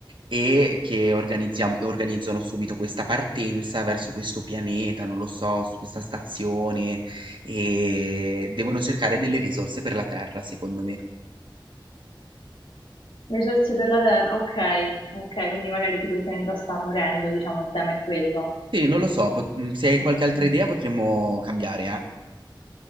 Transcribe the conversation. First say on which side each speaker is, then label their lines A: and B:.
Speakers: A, on the right (about 70°); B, on the left (about 80°).
A: e che organizziamo, organizzano subito questa partenza verso questo pianeta, non lo so, su questa stazione e devono cercare delle risorse per la terra, secondo me.
B: Risorse per la Terra, ok, ok, quindi magari tipo il pianeta sta morendo, diciamo, il tema è quello.
A: Sì, non lo so, pot- mm, se hai
B: Mm.
A: qualche altra
B: mm.
A: idea potremmo cambiare, eh?